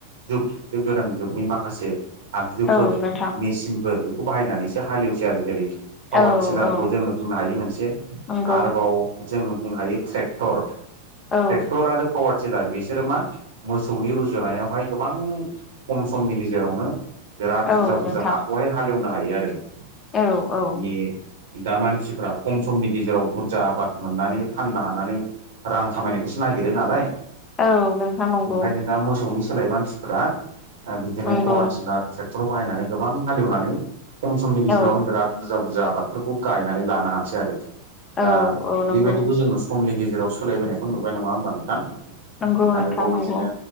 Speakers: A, on the right; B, on the left.
A: जुग बे गोदान जुगनि माखासे आगजु फोर
B: औ नोंथां
A: मेसिनफोर बेखौ बाहायनानैसो हालेवसै आरो जेरै पावार
B: औ
A: टिलारखौ
B: औ
A: जोंङो बुंनो हायो मोनसे
B: नंगौ
A: आरोबाव जोंङो बुंनो हायो ट्रेक्टर ट्रेक्टर
B: औ
A: आरो पावार टिलार बेस बिसोरो मा मोसौनि रुजुनायावहाय गोबां खम समनि गेजेरावनो बिराद
B: औ
A: बुरजा बुरजा
B: नोंथां
A: हाखौहाय हालेवनो हायो आरो।
B: औ औ।
A: माने दा मानसिफ्रा खम समनि गेजेराव बुरजा आबाद मोननानै फाननो हानानै रां खामायनायखौसो नागिरो नालाय
B: औ नोंथां नंगौ
A: ओंखायनो दा मोसौनि सोलाय मानसिफोरा बिदिनो
B: नंगौ
A: पावार टिलार ट्रेक्टर बाहायनानै गोबां हालेवनानै खम समनि गेजेरावनो
B: औ
A: बिराद बुरजा बुरजा आबादफोरखौ गायनानै लानो हासै आरो
B: औ
A: दा
B: औ नंगौ
A: बेबायदिखौ जोंङो समनि गेजेराव सोलायबोनायखौ नुबाय नंङा होमबा नोंथां।
B: नंगौ नोंथां
A: आरोबाव बिदिनो
B: नंगौ।